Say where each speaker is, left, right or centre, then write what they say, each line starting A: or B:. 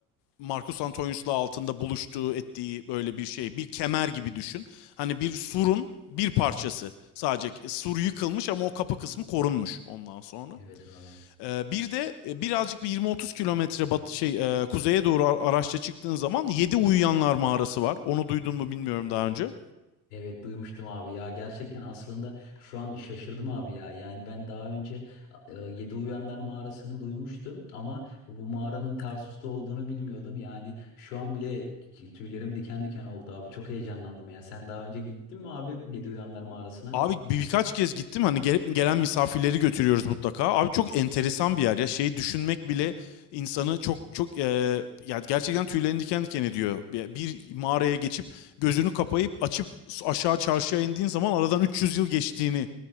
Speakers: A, on the left (about 70°); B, on the left (about 85°).
A: Marcus Antonius'la altında buluştuğu ettiği böyle bir şey. Bir kemer gibi düşün. Hani bir surun bir parçası sadece. Sur yıkılmış ama o kapı kısmı korunmuş ondan sonra.
B: Evet abi.
A: E, bir de e, birazcık bir 20-30 kilometre bat şey e, kuzeye doğru a- araçla çıktığın zaman 7 uyuyanlar mağarası var. Onu duydun mu bilmiyorum
B: Oo.
A: daha önce.
B: Evet duymuştum abi ya gerçekten aslında şu an şaşırdım abi ya yani ben daha önce e, Yedi Uyanlar mağarasını duymuştum ama bu mağaranın Tarsus'ta olduğunu bilmiyordum yani şu an bile tüylerim diken diken oldu abi çok heyecanlandım ya sen daha önce gittin mi abi Yedi Uyanlar mağarasına?
A: Abi bir, birkaç kez gittim hani gelip gelen misafirleri götürüyoruz mutlaka. Abi çok enteresan bir yer ya şeyi düşünmek bile insanı çok çok eee ya gerçekten tüylerini diken diken ediyor. Bir, bir mağaraya geçip gözünü kapayıp açıp s- aşağı çarşıya indiğin zaman aradan 300 yıl geçtiğini